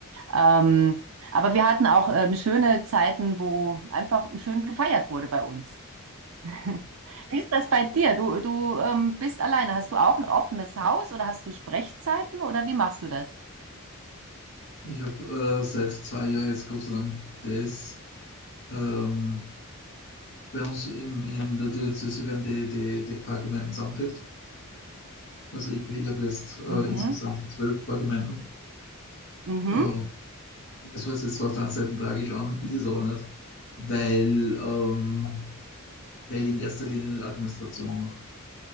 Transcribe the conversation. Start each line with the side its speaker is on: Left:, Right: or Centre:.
Right: Ähm, aber wir hatten auch ähm, schöne Zeiten, wo einfach schön gefeiert wurde bei uns. <laughs> Wie ist das bei dir? Du, du ähm, bist alleine. Hast du auch ein offenes Haus oder hast du Sprechzeiten oder wie machst du das?
Left: Ich habe äh, seit zwei Jahren jetzt Gott sei Dank das ähm, bei uns in, in der Diözese werden die, die, die Pfarrgemeinden zusammengelegt. Also ich, ich habe jetzt äh,
Right: Mhm.
Left: insgesamt zwölf Pfarrgemeinden.
Right: Mhm.
Left: Ähm, das hört sich jetzt zwar auf der einen Seite tragisch an, ist es aber nicht, weil, ähm, weil ich in erster Linie Administration mache.